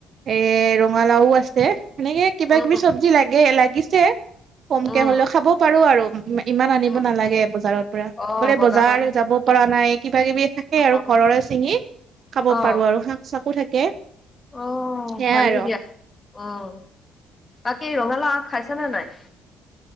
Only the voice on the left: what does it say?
উম
উম,
উম,
অ',
পৰা আনিব
অ',
অ',
অ'!
ভালেই
দিয়া। অ'! বাকী ৰঙালাও আগ খাইছা নে নাই?